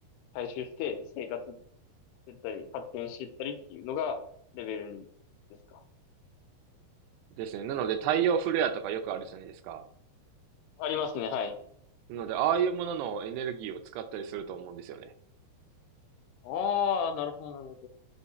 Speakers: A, on the left; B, on the right.
A: 採集して生活してったり、発展してったりっていうのがレベル2ですか。
B: ですね。なので太陽フレアとかよくあるじゃないですか。
A: ありますね、はい。
B: なのでああいうもののエネルギーを使ったりすると思うんですよね。
A: ああ、なるほど、なるほど。